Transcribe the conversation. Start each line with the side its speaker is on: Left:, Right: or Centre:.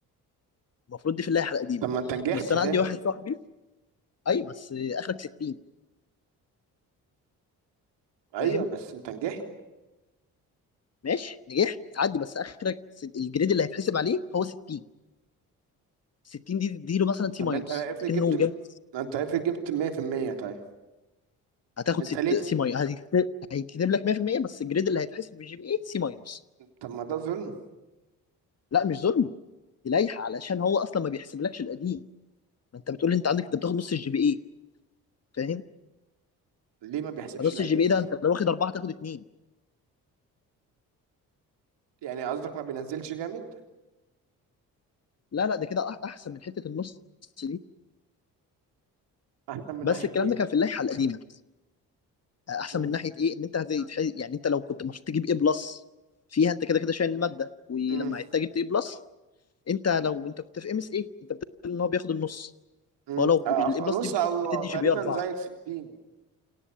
Left: المفروض دي في اللائحه القديمه
Right: طب ما انت نجحت
Left: بس انا
Right: تاني
Left: عندي واحد صاحبي اي بس آه اخرك 60
Right: ايوه
Left: فاهم
Right: بس انت نجحت
Left: ماشي نجحت تعدي بس اخرك س- الجريد اللي هيتحسب عليه هو 60 60 دي تديله مثلا سي
Right: طب
Left: ماينس
Right: ما انت افرض
Left: اكنه
Right: جبت
Left: جاب
Right: ما انت افرض جبت مية في المية طيب
Left: هتاخد
Right: انت
Left: ست-
Right: ليه ت-
Left: سي ماينس هيتكتب لك 100% بس الجريد اللي هيتحسب بالجي بي اي سي ماينس
Right: طب ما ده ظلم
Left: لا مش ظلم دي لايحه علشان هو اصلا ما بيحسبلكش القديم ما انت بتقول لي انت عندك انت بتاخد نص الجي بي اي فاهم
Right: ليه ما بيحسبش
Left: فنص
Right: القديم
Left: الجي بي اي ده انت لو واخد اربعه تاخد اثنين
Right: يعني قصدك ما بينزلش جامد
Left: لا لا ده كده أح- احسن من حته النص دي
Right: احسن من
Left: بس
Right: ناحية
Left: الكلام
Right: ايه
Left: ده كان في اللائحه القديمه احسن
Right: مم.
Left: من ناحيه ايه ان انت هتتح... يعني انت لو كنت المفروض تجيب ايه بلس فيها انت كده كده شايل الماده ولما
Right: مم.
Left: عدت جبت ايه بلس انت لو انت كنت في ام اس ايه انت بتقول ان هو بياخد النص
Right: مم.
Left: هو لو
Right: آه،
Left: الاي
Right: خ-
Left: بلس
Right: نص
Left: دي
Right: او
Left: بتدي
Right: تقريبا
Left: جي بي 4
Right: زيك ستين